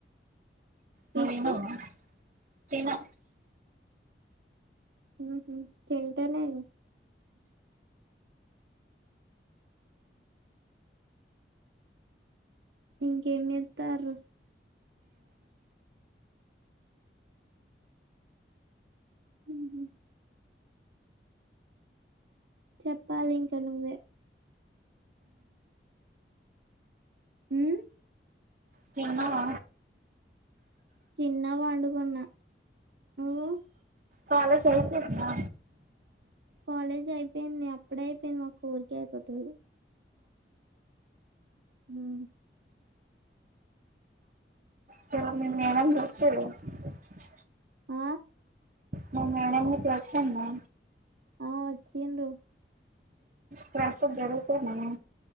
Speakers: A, on the right (about 80°); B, on the right (about 45°).
A: ఫిష్
B: నువ్ తినవా
A: ఉ హు తింటలేను ఇంకేచెత్తారు ఉ హు చెప్పాలింకా నువ్వే ఉమ్
B: తిన్నవా
A: తిన్న పండుకున్న నువ్వు
B: కాలేజ్ అయిపోయిందా
A: కాలేజ్ అయిపోయింది అప్పుడే అయిపోయింది మాకు ఫోర్కే అయిపోతది ఉమ్
B: <unintelligible>
A: ఆ
B: మా మేడమ్ గిట్ల అచ్చిందా
A: ఆ వచ్చిండ్రు
B: క్లాసులు జరుగుతున్నయా